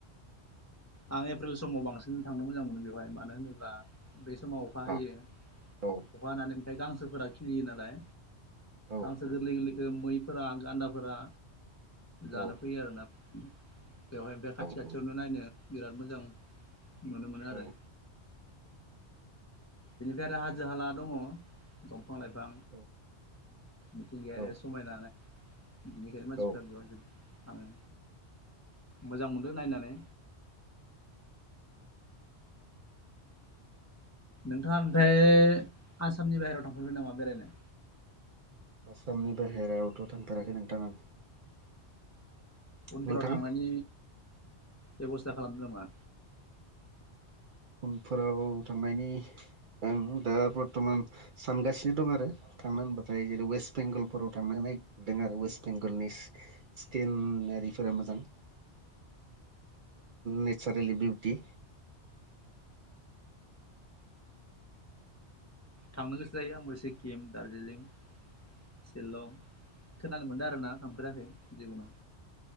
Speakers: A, on the left (about 20°); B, on the right (about 60°).
A: आं एप्रिल समाव बांसिन थांनो मोजां मोनो बेवहाय मानो होनोब्ला बे समाव अखा हायो
B: अ
A: अखा
B: औ
A: हानानै ओमफ्राय दा गांसोफोरा खिलियो नालाय।
B: औ
A: गांसो गोरलै गोरलैखो मैफोरा गान्दाफोरा
B: औ
A: जानो फैयो आरोना। बेवहाय ओमफ्राय खाथि
B: औ
A: खाथियावनो
B: औ
A: नायनो बिराद मोजां नुनो मोनो
B: औ
A: आरो। बेनिफ्राय आरो हाजो हाला दङ दंफां लाइफां
B: औ
A: मिथिंगानि
B: औ
A: समायना बिनिखायनो
B: औ
A: बेयावहाय जोबोर थाङो। मोजां मोनदों
B: औ
A: नायनानै। नोंथाङा ओमफ्राय आसामनि बाहेरायाव थांफेरबाय नामा बेरायनो?
B: आसामनि बाहेरायावथ' थांफेराखै नोंथां आं।
A: उनफोराव
B: नोंथाङा
A: थांनायनि, बेब'स्था खालामदों नामा?
B: उनफोराव थांनायनि आं दा बरथमान सानगासिनो दं आरो थांनो होनबाथाय जेरै वेस्ट बेंगलफोराव थांनो होनाय। वेस्ट बेंगलनि स्केनारिफोरा मोजां। नेचारेलि बेउटि
A: थांनो गोसो जायो आंबो सिक्किम, दार्जिलिं। सिलं खोनानो मोनदों आरोना थांफेराखै जिबनाव।